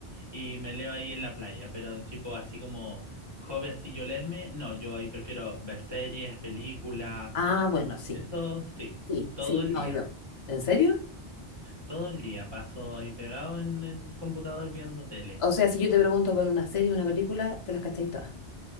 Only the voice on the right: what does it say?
y me leo ahí en la playa, pero tipo así como hobby así yo leerme, no, yo ahí prefiero ver series, películas,
eso sí,
todo
el
día,
todo el día paso ahí pegado en el computador viendo tele.